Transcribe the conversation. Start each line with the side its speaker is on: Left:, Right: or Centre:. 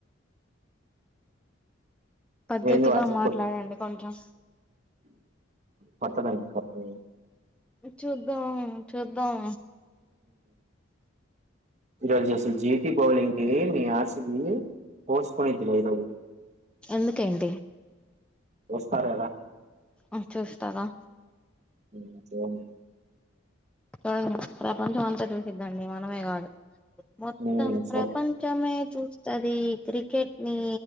Centre: పద్ధతిగా
Right: ఎంది వాడ్ సాఫ్
Centre: మాట్లాడండి
Right: కోట్
Centre: కొంచెం
Right: కొత్తబ్యాంక్ కోటు
Centre: చూద్దాం చూద్దాం
Right: రోజూ జెటి బౌలింగ్ ఏ మీ ఆశది పోసుకుని తినే లేదు
Centre: ఎందుకేంటి
Right: వస్తార్ ఎల
Centre: ఆ చూస్తాారా
Right: హుచూడ్ ను
Centre: చూడండి ప్రపంచం అంతా చూసిద్దండి మనమే కాదు మొత్తం
Right: ఉమ్, సరే
Centre: ప్రపంచమే చూస్తది క్రికెట్ ని